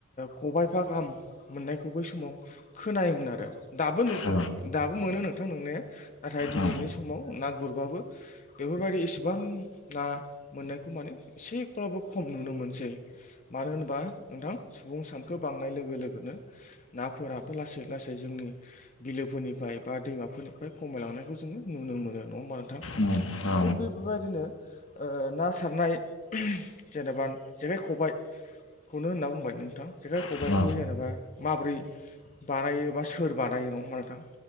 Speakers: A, on the left; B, on the left.
A: खबाइफा गाहाम मोननायखौ बै समाव खोनायोमोन आरो दाबो
B: औ
A: दाबो मोनो नोंथां नोंनाया नाथाय दिनैनि
B: औ
A: समाव ना गुरबाबो बेफोरबायदि इसेबां ना मोननायखौ माने एसेब्लाबो खम नुनो मोनसै मानो होनोबा नोंथां सुबुं सानखो बांनाय लोगो लोगोनो नाफो राबो लासै लासै जोंनि बिलोफोरनिफ्राय बा दैमाफोरनिफ्राय खमायलांनायखौ जोङो नुनो मोनो। नङा होमबा नोंथां
B: नोंथां औ
A: थिग बेफोरबायदिनो ओ ना सारनाय जेनेबा जेखाइ खबाय खौनो होनना बुंबाय नोंथां जेखाइ खबाइखौ
B: औ औ
A: जेनेबा माब्रै बानायो बा सोर बानायो नङा होमबा नोंथां